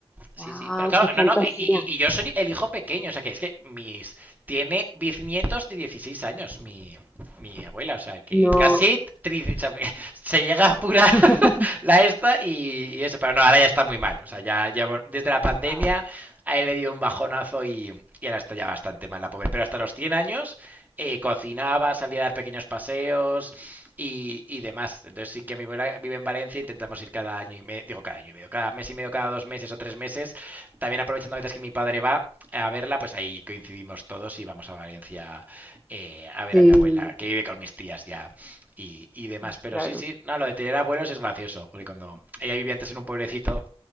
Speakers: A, on the right (about 15°); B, in the centre.
A: Sí,
B: ¡Wow!
A: sí. Pero claro,
B: ¡Qué fantasía!
A: no, no. Y, y- y yo soy el hijo pequeño. O sea, que es que mis. Tiene bisnietos de 16 años, mi, mi abuela. O sea, que
B: No.
A: casi tri- o sea, <laughs> se llega a apurar
B: <laughs>
A: <laughs> la esta y, y eso. Pero no, ahora ya está muy mal. O sea, ya, ya bueno, desde la pandemia
B: Ah,
A: a él le dio un bajonazo y, y ahora está ya bastante mal la pobre. Pero hasta los cien años eh, cocinaba, salía a dar pequeños paseos, y, y demás. Entonces sí que mi abuela vive en Valencia, intentamos ir cada año y medio, digo cada año y medio, cada mes y medio, cada dos meses o tres meses. También aprovechando a veces que mi padre va a verla, pues ahí coincidimos todos y vamos a Valencia eh, a ver
B: sí,
A: a mi abuela, que vive con mis tías ya y, y, demás.
B: no,
A: Pero
B: claro.
A: sí, sí, no, lo de tener abuelos es gracioso, porque cuando ella vivía antes en un pueblecito